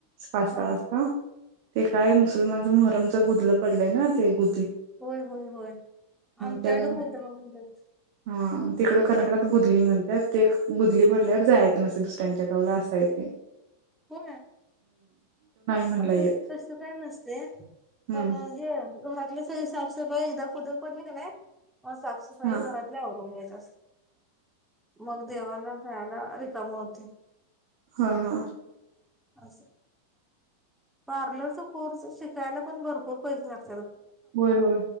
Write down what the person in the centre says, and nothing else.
हा
होय होय होय आमच्याड
खुद म्हणतात
हो
आमच्या
तस काय नसते
मला हे घरातली सगळी साफसफाई एकदा खुद पडली का नाही मग साफसफाई
घरातल्यावरून घय तस मग देवाला जायला सारी काम होते
अस पार्लरचा कोर्स शिकायला पण भरपूर पैसे लागत